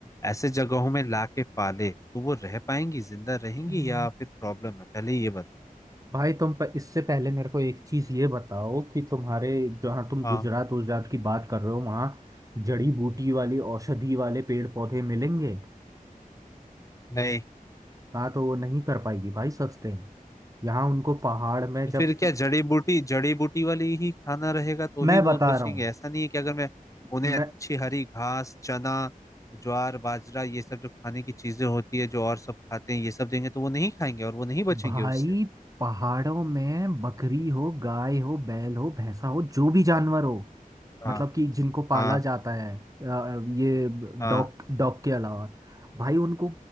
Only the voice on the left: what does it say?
ऐसे जगहों में लाके पाले तो वो रह पाएंगी जिंदा रहेंगी
या फिर प्रॉब्लम है पहले ये बताओ
हाँ
नहीं
तो
फिर क्या जड़ी बूटी जड़ी बूटी वाली ही खाना रहेगा तो
ही वो
बचेंगे
ऐसा नहीं है कि अगर मैं उन्हें
अच्छी हरी घास चना ज्वार बाजरा ये सब जो खाने की चीजें होती है जो और सब खाते हैं ये सब देंगे तो वो नहीं खाएंगे और वो नहीं बचेंगे
उससे
हाँ
हाँ
हाँ